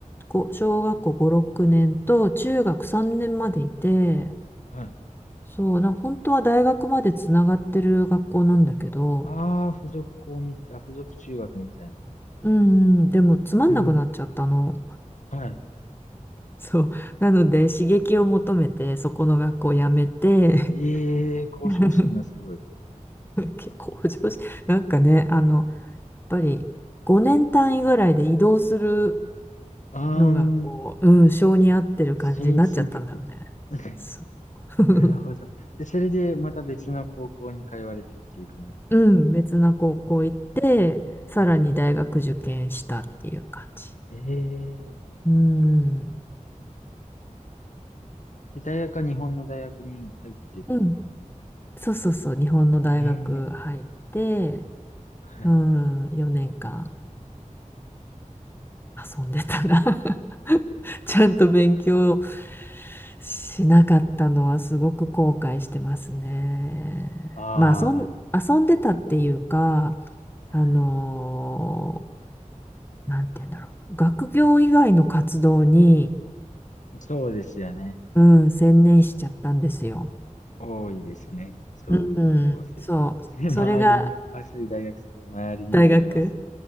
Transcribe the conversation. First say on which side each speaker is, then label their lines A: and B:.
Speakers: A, on the left; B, on the left.
A: こう小学校5、6年と中学3年までいて、
B: よ。はい。
A: そう、な、本当は大学までつながってる学校なんだけど、
B: ああ、付属校みたい、あ、付属中学みたいな。
A: うんうん、でもつまんなくなっちゃったの。
B: はいはいはい。
A: そう。なので、刺激を求めて、そこの学校を辞めて、
B: ええー向上心がすごい。
A: <laughs> 結構向上し、なんかね、あの、ぱり5年単位ぐらいで移動する
B: あー、
A: のがこう、うん、性に合ってる感じになっちゃったんだよね。
B: 染みついてて。<laughs>
A: そう
B: なるほど。
A: <laughs>
B: で、それでまた別の高校に通われてっていう感じなんですか。
A: うん、別な高校行って、さらに大学受験したっていう感じ。
B: はいええー
A: うん、
B: で、大学は日本の大学に入ってって感じなんですか
A: うん、そうそうそう、日本の大学入って、
B: ええはい。
A: うん、4年間遊んでたな <laughs> ちゃんと勉強しなかったのはすごく後悔してますね。
B: あ
A: まあ遊ん、遊んでたっていうか、
B: あ、
A: あのーなんて言うんだろう。学業以外の活動に、
B: そうですよね。
A: うん、専念しちゃったんですよ。
B: 多いですね。そういう高校生。
A: うん、そう。
B: <laughs> それ周りに、
A: それが
B: あ、そういう大学生、周りにもいます。
A: 大学